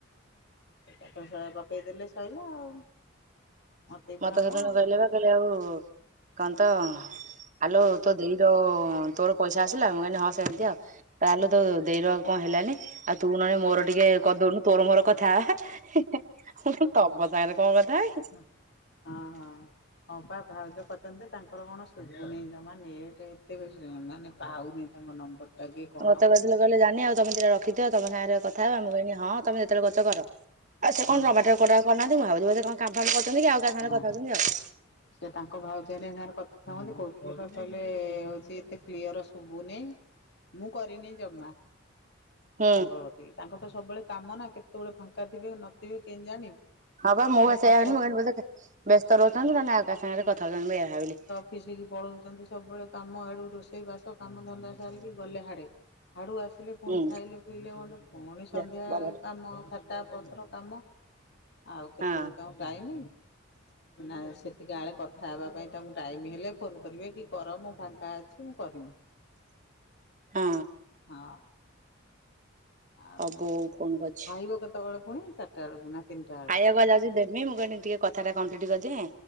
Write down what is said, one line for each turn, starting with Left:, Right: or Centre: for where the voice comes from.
Left: ସେଥିରୁ ସହେ ପକେଇଦେଲେ ସଇଲା ଆଉ। ମତି
Right: ମତେ
Left: ଭ୍ରମ
Right: ସେଦିନ
Left: ଆଉ
Right: କହିଲେ ବା କହିଲେ ଆଉ କନ୍ତ ଆଲୋ ତୋ ଦେଇ ଯୋ ତୋର ପଇସା ଆସିଲା ମୁଁ କହିଲି ହଁ ସେମିତି ଆଉ ତାହେଲେ ତୋ ଦେଇ ର କଣ ହେଲାନି ଆଉ ତୁ ନହେଲେ ମୋର ଟିକେ କରିଦଉନୁ ତୋର ମୋର କଥା ହବା ମୁଁ କହିଲି ତମ ସାଙ୍ଗରେ କଣ କଥା ହେବି।
Left: ହଁ ହଁ ହଁବା ଭାଉଜ କରିଥାନ୍ତେ ଯେ ତାଙ୍କର କଣ ଶୁଭୁନି ଜମା ନେଟ ଏତେ ବେଶ ମାନେ ପାଉନି ତାଙ୍କ ନମ୍ବର ଟା କି କଣ
Right: ମତେ କହିଥିଲେ କହିଲେ ଯାନି ଆଉ ତମେ ଦିଇଟା ରଖିଥିବ ତମ ସାଙ୍ଗରେ କଥା ହବା ମୁଁ କହିଲି ହଁ ତମେ ଯେତେଳେ କରୁଚ କର। ଆଉ ସେ
Left: ହଁ
Right: କଣ ଯମାଟୋ <inaudible> କରନାନ୍ତି ମୁ ଭାବୁି କାମ ଫାମ କରୁଛନ୍ତି କି ଆଉ କା ସାଙ୍ଗରେ
Left: ହଁ
Right: କଥାହଉଛନ୍ତି ଆଉ
Left: ସେ ତାଙ୍କ ଭାଉଜ ହରିକା ସାଙ୍ଗରେ କଥାହନ୍ତି କୋଉ କହିଲେ ହଉଛି ଏତେ କ୍ଲିୟର ଶୁଭୁନି। ମୁଁ କରିନି ଜମା
Right: ହୁଁ
Left: ତାଙ୍କ ଥିକି ତାଙ୍କର ସବୁବେଳେ କାମ ନା କେତେବେଳେ ଫାଙ୍କା ଥିବେ ନଥିବେ କେମିତି ଜାଣିବି
Right: ହଁ ବା ମୁଁ
Left: ଆଡେ
Right: ସେଇଆ
Left: ପଞ୍ଚାୟତ
Right: ବିଲି ମୁଁ ବୋଧେ ବ୍ୟସ୍ତ ରହୁଛନ୍ତି ନହେଲେ ଆଉ କାହା ସାଙ୍ଗରେ କଥାଉଛନ୍ତି ମୁଁ ଏଇଆ ଭାବିଲି
Left: ମିଶିକି ପଳଉଛନ୍ତି ସବୁବେଳେ କାମ ଆଡୁ ରୋଷେଇ ବାସ କାମ ଧନ୍ଦା ସାରିକି ଗଲେ ହାଡ଼େ ଆଡୁ ଆସିଲେ ପୁଣି
Right: ହୁଁ
Left: ଖାଇଲେ ପିଇଲେ କଲେ ପୁଣି ସନ୍ଧ୍ୟା
Right: ଯା
Left: ବେଳେ
Right: ଭଲ
Left: କାମ ଖା ତା ପତ୍ର କାମ ଆଉ କେତେବେଳେ
Right: ହଁ।
Left: ତାଙ୍କୁ ଟାଇମ। ନା ସେତିକି ଆଳେ କ କଥା ହେବା ପାଇଁ ତାଙ୍କୁ ଟାଇମ ହେଲେ ଫୋନ କରିବେ କି କର ମୋ ଫାଙ୍କା ଅଛି ମୁଁ କରିବି।
Right: ହଁ
Left: ହଁ। ଆଉ କ
Right: ବୋଉ ଫୋନ କରିଛି।
Left: ଖାଇବ କେତେବେଳ ପୁଣି ଚାରିଟା ବେଳକୁ ନା ତିନିଟା ବେଳେ
Right: ତାକୁ ବା ଯାଉଚି ଦେବି ମୁଁ କଇନି ଟିକେ କଥା ଟା କଂପ୍ଲିଟ୍ କରିଦିଏଁ।